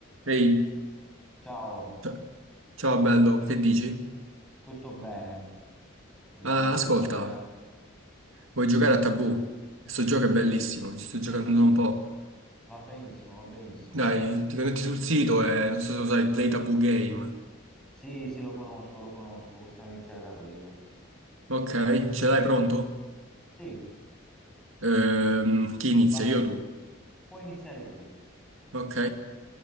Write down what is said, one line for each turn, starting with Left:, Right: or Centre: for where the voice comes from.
Right: Ehi,
Centre: Ciao,
Right: c- ciao bello, che dici?
Centre: tutto bene? Vogliamo
Right: Ah,
Centre: giocare
Right: ascolta,
Centre: a...
Right: vuoi giocare a Tabù? Questo gioco è
Centre: Sì,
Right: bellissimo, ci sto
Centre: sì,
Right: giocando
Centre: sì, sì,
Right: da un po'.
Centre: va benissimo, va benissimo.
Right: Dai, ti connetti sul sito e non so se lo sai, Play Tabù Game.
Centre: Sì, sì, lo conosco, lo conosco, possiamo iniziare da quello.
Right: Ok, ce l'hai pronto?
Centre: Sì,
Right: Ehm, chi inizia,
Centre: vado...
Right: io o tu?
Centre: Puoi iniziare tu.
Right: Ok,